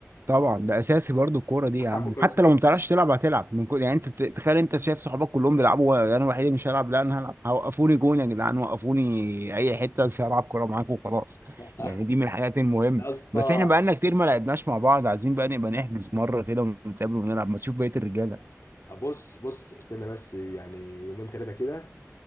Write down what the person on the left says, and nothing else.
بتعرف
تلعب
كره قدم
اصلا
<laughs>
يا اسطى
بص بص استنى بس يعني يومين ثلاثه كده